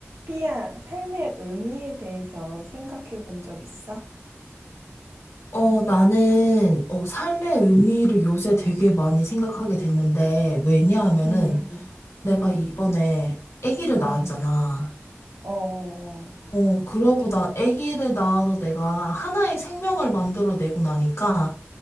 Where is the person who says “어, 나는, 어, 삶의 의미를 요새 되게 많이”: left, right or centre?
Left